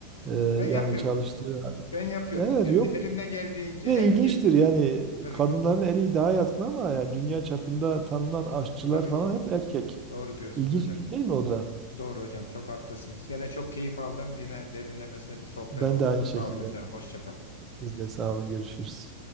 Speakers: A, on the right; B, on the left.
A: E,
B: Ben
A: yani
B: yapıyorum.
A: çalıştığı
B: Ben yapıyorum.
A: evet
B: Yani
A: yok
B: elimden geldiğince
A: bir de
B: her
A: ilginçtir
B: şey
A: yani
B: tabii
A: kadınların
B: ki.
A: eli daha yatkın ama yani dünya çapında tanınan aşçılar
B: Tabii
A: falan
B: ki.
A: hep erkek.
B: Doğru diyorsunuz
A: İlginç
B: hocam.
A: bir şey değil mi o da?
B: Doğru hocam. Çok haklısınız. Yine çok keyif aldım. Yine derinlemesine bir sohbet
A: Ben
B: oldu.
A: de aynı şekilde.
B: Sağ olun hocam. Hoşça kalın.
A: Siz de sağ olun görüşürüz.